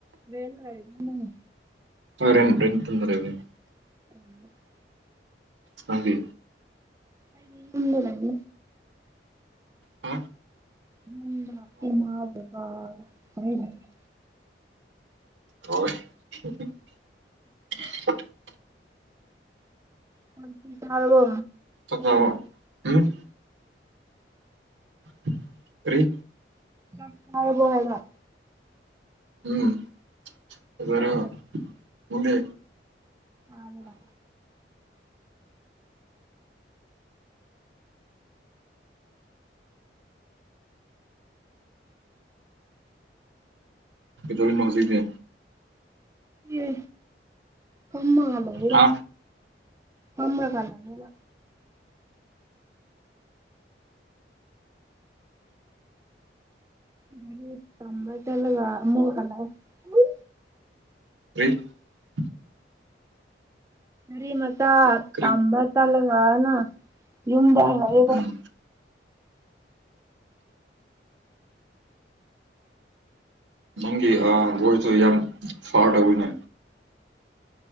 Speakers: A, on the right; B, on the right.
A: ꯔꯦꯟ ꯍꯥꯢꯕꯅꯤ
B: ꯍꯣꯂꯦꯟ ꯔꯦꯟ ꯇꯨꯟꯗ ꯂꯩꯕꯅꯤ
A: <inaudible>
B: ꯅꯪꯗꯤ
A: ꯑꯩꯗꯤ ꯌꯨꯝ ꯂꯩꯕꯅꯤ
B: ꯑ
A: ꯌꯨꯝꯗ ꯏꯃꯥ ꯕꯕꯥ ꯍꯣꯢ ꯂꯩꯌꯦ
B: ꯍꯣꯢ <unintelligible>
A: ꯆꯥꯛ ꯢꯁꯤꯡ ꯆꯥꯔꯕꯣ
B: <unintelligible> ꯎꯝ <inaudible> ꯀꯩ
A: ꯆꯥꯛ ꯆꯥꯔꯕꯣ ꯍꯥꯏꯕ
B: ꯎꯝ ꯎꯅꯔ
A: ꯀꯩ
B: ꯅꯪꯗꯤ
A: ꯑꯗ ꯕ
B: ꯀꯩꯗꯧꯔꯤꯃꯣ ꯍꯧꯖꯤꯛꯇꯤ
A: ꯑꯦ ꯐꯝꯃꯒ ꯂꯩꯌꯦꯗ
B: ꯍꯥ
A: ꯐꯝꯔꯒ ꯂꯩꯌꯦꯕ ꯂꯔꯤꯛ ꯇꯝꯕ ꯆꯠꯂꯒ ꯑꯃꯨꯛ ꯍꯜꯂꯛꯑꯦ
B: <unintelligible>
A: ꯂꯤ ꯃꯆꯥ
B: ꯀꯔꯤ
A: ꯇꯥꯝꯕ ꯆꯠꯂꯒ ꯅꯪ ꯌꯨꯝꯗ ꯍꯜꯂꯛꯑꯦꯗ
B: ꯎꯝ ꯅꯪꯒꯤ ꯑ ꯚꯣꯏꯁ ꯇꯨ ꯌꯥꯝ ꯐꯥꯔ ꯇꯧꯋꯤꯅꯦ